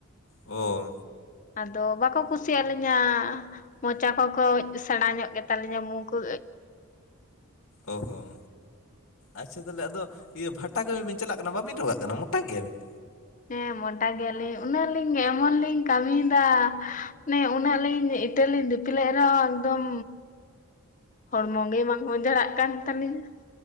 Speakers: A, on the left (about 65°); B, on the left (about 35°).
A: ᱚ ᱾
B: ᱟᱫᱚ ᱵᱟᱠᱚ ᱠᱩᱥᱤᱭᱟᱜ ᱞᱤᱧᱟ ᱢᱚᱪᱟ ᱠᱚᱠᱚ ᱥᱮᱬᱟ ᱧᱚᱜ ᱜᱮᱛᱟᱞᱤᱧᱟ ᱢᱩᱠᱚ ᱾ ᱦ <unintelligible>
A: ᱚ ᱦᱚᱸ ᱟᱪᱪᱷᱟ ᱛᱟᱦᱚᱞᱮ ᱟᱫᱚ ᱤᱭᱟᱹ ᱵᱷᱟᱴᱟ ᱠᱟᱹᱢᱤ ᱵᱤᱱ ᱪᱟᱞᱟᱜ ᱠᱟᱱᱟ ᱵᱟᱵᱤᱱ ᱨᱚᱜᱟᱜ ᱠᱟᱱᱟ ᱢᱚᱴᱟ ᱜᱮ ᱻ <inaudible>
B: ᱦᱮᱸ ᱢᱚᱴᱴᱟ ᱜᱮᱭᱟᱞᱤᱧ ᱩᱱᱟᱹᱜ ᱞᱤᱧ ᱮᱢᱚᱱ ᱞᱤᱧ ᱠᱟᱹᱢᱤᱭᱮᱫᱟ ᱢᱟᱱᱮ ᱩᱱᱟᱹᱜ ᱞᱤᱧ ᱤᱴᱟᱹ ᱞᱤᱧ ᱫᱤᱯᱞᱟᱹᱜ ᱨᱮᱦᱚᱸ ᱮᱠᱫᱚᱢ ᱦᱚᱲᱢᱚ ᱜᱮ ᱵᱟᱝ ᱚ ᱡᱟᱲᱟᱜ ᱠᱟᱱ ᱛᱟᱞᱤᱧ ᱟ ᱾